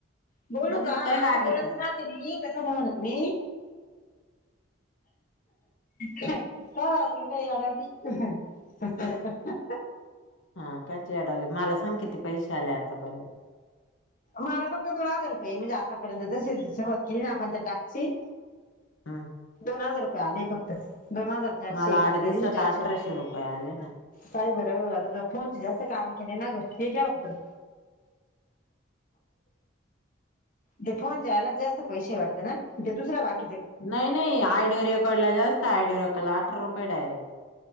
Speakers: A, on the left; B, on the left.
A: बोलू
B: मध्येच
A: का?
B: काय ग
A: असं
B: अगं
A: बोलातच
B: ती
A: राहते मी, तसं म्हणूनच मी तर आईऊ नाही आडी <unintelligible> ह <unintelligible>
B: हा काचे यायला लागले, मला सांग कती पैसे आले आतापर्यंत?
A: मला फक्त दोन हजार रुपये म्हणजे, आतापर्यंत जशी सुरवात केली ना आपण त्या टास्कची
B: हम.
A: दोन हजार रुपये आले फक्त दोन हजार चारशे
B: मला आठ
A: आपल्या
B: दिवसात
A: दि चारशे
B: अठराशे रुपये आले ना
A: ब <unintelligible> आता तर फोनचे जास्त काम केले नाग ग, हे घ्या हो तिकडं. ते फोनच्याला जास्त पैसे वाटत ना? ते दुसरा बाक्य
B: नाही, नाही, ऑडिओ रेकॉर्डिंग जास्त, ऑडिओ रेकॉर्डला अठरा रुपये डायरेक्ट.